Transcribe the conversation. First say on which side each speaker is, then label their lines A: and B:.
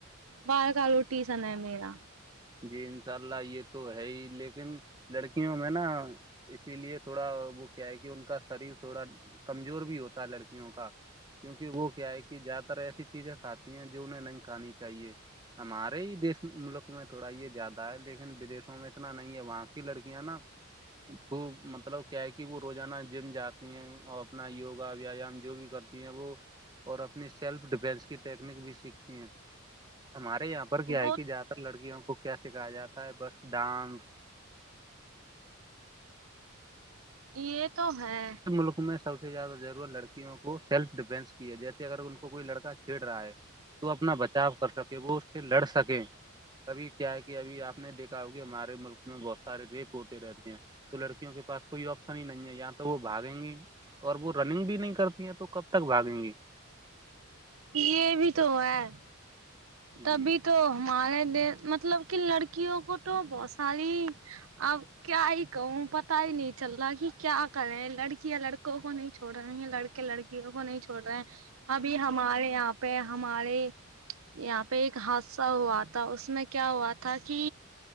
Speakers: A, on the right; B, on the right.
A: باہر کا روٹی سنا ہے میرا
B: جی انشاء اللہ یہ تو ہے ہی لیکن لڑکیوں میں نا اسی لیے تھوڑا وہ کیا ہے کہ ان کا شریر تھوڑا کمزور بھی ہوتا ہے لڑکیوں کا کیونکہ وہ کیا ہے کہ زیادہ تر ایسی چیزیں کھاتی ہیں جو انہیں نہیں کھانی چاہیے ہمارے ہی دیش ملک میں تھوڑا یہ زیادہ ہے لیکن بدشوں میں اتنا نہیں ہے وہاں کی لڑکیاں نا خوب مطلب کیا ہے کہ وہ روزانہ جم جاتی ہیں اور اپنا یوگا ویایام جو بھی کر ہیں وہ اور اپنی سیلف ڈیفینس کی ٹیکنیک بھی سیکھتی ہیں ہمارے یہاں پر کیا
A: وہ
B: ہے کہ جیاد تر لڑکیوں کو کیا سکھایا جاتا ہے بس ڈانس
A: یہ تو ہے
B: ملک میں سب سے زیادہ ضرورت لڑکیوں کو سیلف ڈیفینس کی ہے جیسے اگر ان کوئی لڑکا چھیڑ رہا ہے تو اپنا بچاؤ کر سکے وہ اس سے لڑ سکیں کبھی کیا ہے کہ ابھی آپ نے دیکھا ہو کہ ہمارے ملک میں بہت سارے ریپ ہوتے رہتے ہیں تو لڑکوں کے پاس کوئی آپشن ہی نہیںن گ ہے یہاں تو وہ بھاگیں گی اور وہ رننگ بھی نہیں کرتی ہیں تو کب تک بھاگیں گی
A: یہ بھی تو ہے
B: جی
A: تبھی تو ہمارے د مطلب کن لڑکیوں کو تو بہت سالی اب کیا ہی کہوں پتا ہی نہیں چل رہا کہ کیا کریں لڑکیاںیا لڑکوں کو نہیں چھوڑ رہی ہیں لڑکے لڑکے وں کو نہیں چھوڑ رہے ہیں ابھی ہمارے یہاں پہ ہمارے یہاں پہ ایک حادثہ ہوا تھا اس میں کیا ہوا تھا کہ